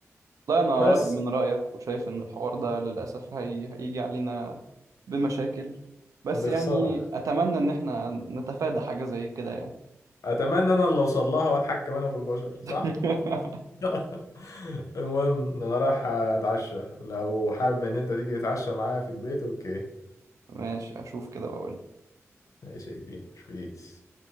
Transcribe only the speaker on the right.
لا أنا
رأيي من رأيك وشايف إن الحوار ده للأسف هي... هيجي علينا بمشاكل بس
يعني أتمنى إن إحنا نتفادى حاجة زي كده يعني
<laughs>
ماشي أشوف كده وأقول